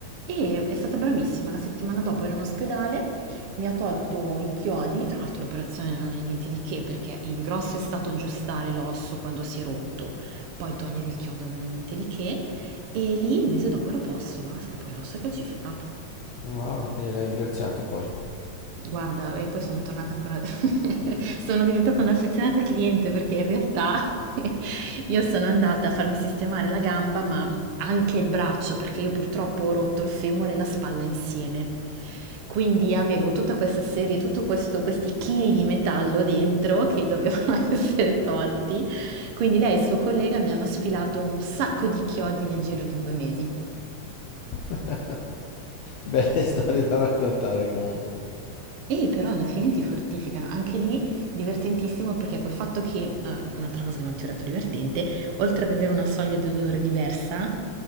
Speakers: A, on the right; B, on the left.
A: E è stata bravissima, la settimana dopo ero in ospedale, mi ha tolto i chiodi, tra l'altro l'operazione non è niente di che perché il grosso è stato aggiustare l'osso quando si è rotto, poi togliere il chiodo non è niente di che, e lì un mese dopo ero a posto, basta, poi l'osso è calcificato.
B: Wow, e l'hai ringraziata poi.
A: Guarda, e poi sono tornata ancora <laughs> sono diventata un'affezionata cliente perché in realtà <laughs> io sono andata a farmi sistemare la gamba, ma anche il braccio, perché io purtroppo ho rotto il femore e la spalla insieme. Quindi avevo tutta questa serie, tutto questo, questi chili di metallo dentro che dovevano <laughs> essere tolti. Quindi lei e il suo collega mi hanno sfilato un sacco di chiodi nel giro di due mesi.
B: <laughs> Belle storie da raccontare comunque.
A: E però alla fine ti fortificano, anche lì divertentissimo perché col fatto che, ah, un'altra cosa che non ti ho detto divertente, oltre ad avere una soglia di dolore diversa,